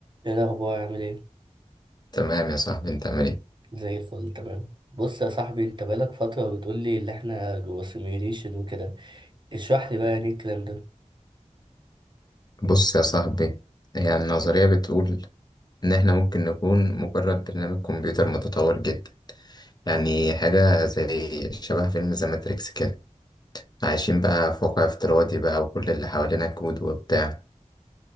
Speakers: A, on the right (about 35°); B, on the left (about 30°).
A: ايه الاخبار عامل ايه
B: تمام يا صاحبي انت عامل ايه
A: زي الفل تمام بص يا صاحبي انت بقالك فتره بتقول لي اللي احنا جوه سيميوليشن وكده اشرح لي بقى يعني إيه الكلام ده
B: بص يا صاحبي هي النظرية بتقول ان احنا ممكن نكون مجرد برنامج كمبيوتر متطور جدا يعني حاجة زي شبه فيلم ذا ماتريكس كده عايشين بقى في واقع افتراضي بقى وكل اللي حوالينا كود وبتاع